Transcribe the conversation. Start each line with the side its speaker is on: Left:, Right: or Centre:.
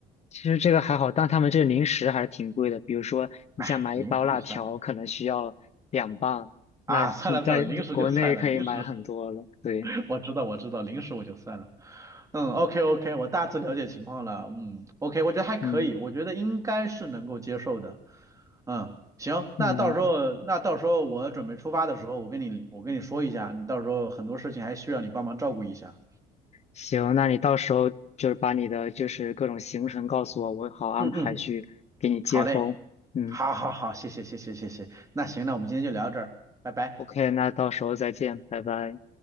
Left: 其实这个还好，但他们这个零食还是挺贵的。比如说，你想买一包辣条，
Right: 哎，零食就算
Left: 可能需要两磅，那你在国内可以买很多了。
Right: 啊，算了算了，零食就算了，零食
Left: 对，
Right: <laughs> 我知道我知道，零食我就算了，嗯，OK OK，我大致了解情况了，嗯，OK，我觉得还可以，
Left: 嗯
Right: 我觉得应该是能够接受的，嗯，行，那到时候那到时候我准备出发的时候，
Left: 嗯。
Right: 我跟你我跟你说一下，你到时候很多事情还需要你帮忙照顾一下。
Left: 行，那你到时候就是把你的就是各种行程告诉我，我好安排去给你接风。
Right: 嗯嗯，好嘞，
Left: 嗯
Right: 好好好，谢谢谢谢谢谢，那行，那我们今天就聊到这儿，拜拜。
Left: ，OK，那到时候再见，拜拜。